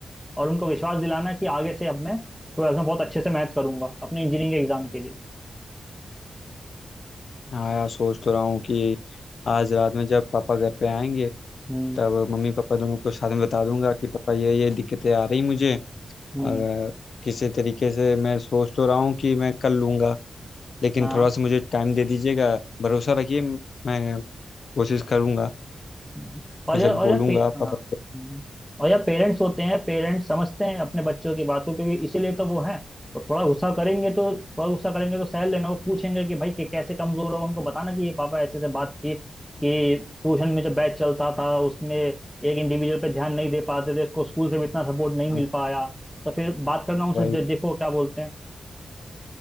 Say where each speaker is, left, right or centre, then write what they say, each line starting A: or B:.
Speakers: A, in the centre; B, on the left (about 70°).
A: और उनको विश्वास दिलाना कि आगे से अब मैं ट्वेल्थ में बहुत अच्छे से मेहनत करूंगा अपने इंजीनियरिंग के एग्जाम के लिए
B: हाँ यार सोच तो रहा हूँ कि आज रात में जब पापा घर पे आएंगे
A: हम्म
B: तब मम्मी पापा दोनों को साथ में बता दूंगा कि पापा ये ये दिक्कतें आ रही मुझे अगर
A: हम्म
B: किसी तरीके से मैं सोच तो रहा हूँ कि मैं कर लूंगा लेकिन
A: हाँ
B: थोड़ा सा मुझे टाइम दे दीजिएगा भरोसा रखिए मैं कोशिश करूंगा
A: हम्म। और
B: ये सब
A: यार और
B: बोलूंगा
A: यार पे
B: पापा
A: हाँ
B: को।
A: हम्म। और यार पेरेंट्स होते हैं पेरेंट्स समझते हैं अपने बच्चों की बात को क्योंकि इसीलिए तो वो हैं वो थोड़ा गुस्सा करेंगे तो थोड़ा गुस्सा करेंगे तो सह लेना वो पूछेंगे कि भाई कि कैसे कमजोर हो उनको बताना कि ये पापा ऐसे ऐसे बात थी कि ट्यूशन में जब बैच चलता था उसमें एक इंडिविजुअल पे ध्यान नहीं दे पाते थे इसको स्कूल से भी इतना सपोर्ट नहीं
B: हाँ
A: मिल पाया तो फिर बात करना उनसे
B: भाई
A: दे, देखो क्या बोलते